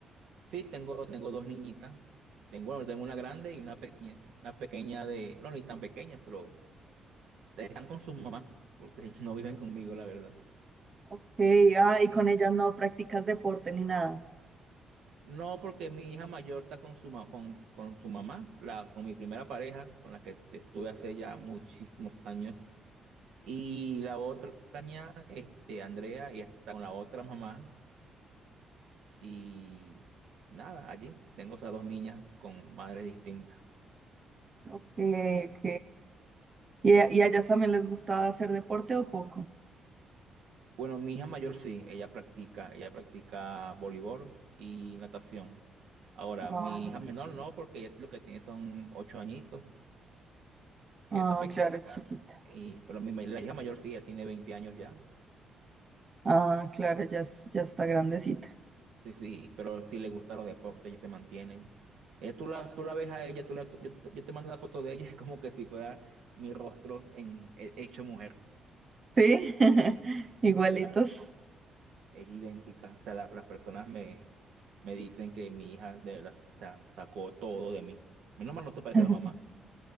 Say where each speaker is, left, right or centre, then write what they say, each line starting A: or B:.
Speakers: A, on the right; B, on the right.
A: sí, tengo, tengo dos niñitas. Tengo, bueno, tengo una grande y una pequeñita. Una pequeña de, no, ni tan pequeña, pero están con sus mamás, porque <laughs> no viven conmigo, la verdad.
B: Ok, ah, y con ellas no practicas deporte ni nada.
A: No, porque mi hija mayor está con su, ma- con, con su mamá, la, con mi primera pareja, con la que estuve hace ya muchísimos años. Y la otra niña, este, Andrea, y está con la otra mamá. Y nada, allí tengo esas dos niñas con madres distintas.
B: Ok, ok. ¿Y a, y a ellas también les gusta hacer deporte o poco?
A: Bueno, mi hija mayor sí, ella practica, ella practica voleibol y natación. Ahora,
B: Ah,
A: mi hija menor
B: qué chévere.
A: no, porque ella lo que tiene son ocho añitos, ella
B: Ah,
A: está pequeñita,
B: claro, es chiquita.
A: y, pero mi, ma- la hija mayor sí, ella tiene 20 años ya.
B: Ah, claro, ya, es- ya está grandecita.
A: Sí, sí, pero sí le gustan los deportes, ella se mantiene. Eh, tú la, tú la ves a ella, tú la- tú- yo, te yo te mando una foto de ella, <laughs> es como que si fuera mi rostro en, he- hecho mujer.
B: ¿Sí? <laughs>
A: y
B: Igualitos.
A: te la es idéntica. O sea, la- las personas me, me dicen que mi hija de las, sa- sacó todo de mí. Menos mal no se parece
B: <laughs>
A: a la mamá.